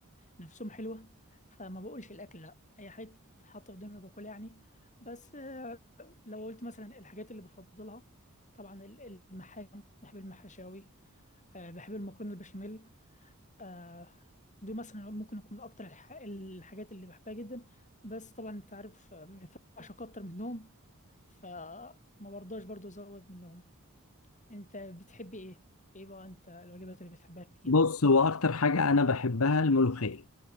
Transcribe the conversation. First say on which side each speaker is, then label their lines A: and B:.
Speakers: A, on the left (about 35°); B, on the left (about 70°).
A: نفسهم حلوة فما بقولش الأكل لأ أي حاجة تتحط قدامي باكلها يعني بس آه، لو قلت مثلا الحاجات اللي بفضلها طبعا ال- المحاشي بحب المحاشاوي آه، بحب المكرونة البشاميل آه، دول مثلا ممكن يكون أكتر الح... الحاجات اللي بحبها جدا بس طبعا أنت عارف آه، ما ينفعش أكتر منهم فما برضاش برضو أزود منهم انت بتحبي ايه ايه بقى انت الوجبات اللي بتحبها كتير
B: بص هو اكتر حاجة انا بحبها الملوخية